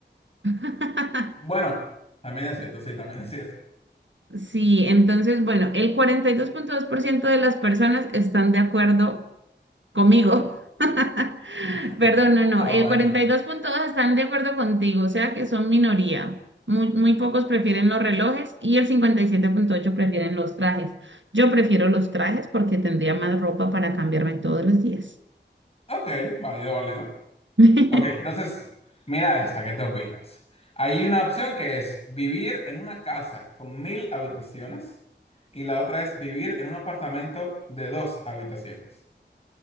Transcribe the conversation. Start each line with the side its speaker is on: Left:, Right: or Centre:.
Right: <laughs>
Left: Bueno, también es cierto, sí, también es cierto.
Right: Sí, entonces, bueno, el cuarenta y dos dos punto dos por ciento de las personas están de acuerdo conmigo. <laughs>
Left: <laughs>
Right: Perdón, no, no.
Left: Ah,
Right: El
Left: bueno.
Right: 42.2 están de acuerdo contigo, o sea que son minoría. Muy, muy pocos prefieren los relojes y el cincuenta y siete punto ocho prefieren los trajes. Yo prefiero los trajes porque tendría más ropa para cambiarme todos los días.
Left: Ok, válido, válido.
Right: <laughs>
Left: Ok, entonces, mira esta, ¿qué te opinas? Hay una opción que es vivir en una casa con mil habitaciones y la otra es vivir en un apartamento de dos habitaciones.